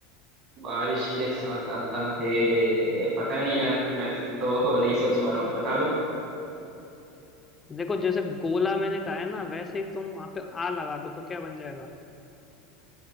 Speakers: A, on the right (about 45°); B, on the left (about 15°).
A: बारिश के साथ आता है पता नहीं यार मैं तो नहीं सोच पा रहा हूँ बता दो
B: देखो जैसे गोला मैंने कहा है ना वैसे ही तुम वहां पे आ लगा दो तो क्या बन जाएगा